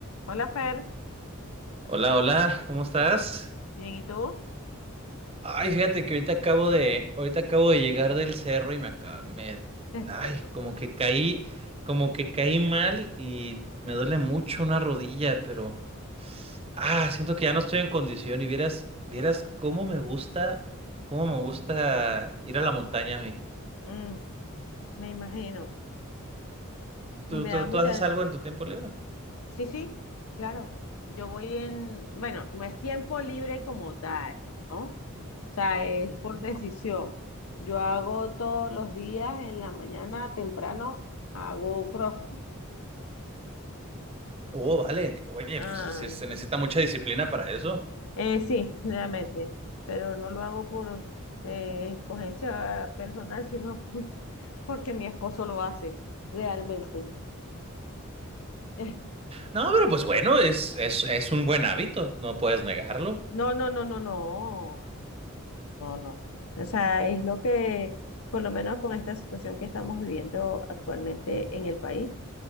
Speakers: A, on the left (about 75°); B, on the right (about 30°).
A: Hola Fer,
B: Hola, hola, ¿cómo estás?
A: bien, ¿y tú?
B: Ay, fíjate que ahorita acabo de, ahorita acabo de llegar del cerro y me acaba, me,
A: <laughs> El
B: ay,
A: cerro.
B: como que caí, como que caí mal y me duele mucho una rodilla, pero, ah, siento que ya no estoy en condición y vieras, vieras cómo me gusta, cómo me gusta ir a la montaña a mí.
A: Mm, me imagino,
B: ¿Tú,
A: me
B: tú,
A: da
B: tú
A: mucha...
B: haces algo en tu tiempo libre?
A: Sí, sí, claro. Yo voy en, bueno, no es tiempo libre como tal, ¿no? O sea, es
B: Ujú.
A: por decisión. Yo hago todos los días en la mañana temprano, hago CrossFit.
B: Oh, vale. Oye,
A: Ah,
B: pues sí, sí, se necesita mucha disciplina para eso.
A: eh, sí, realmente, pero no lo hago por eh, escogencia personal, sino <laughs> por- porque mi esposo lo hace, realmente. <laughs>
B: No, pero pues bueno, es, es, es un buen hábito, no puedes negarlo.
A: No, no, no, no, no, no, no. O sea, es lo que, por lo menos con esta situación que estamos viviendo actualmente en el país,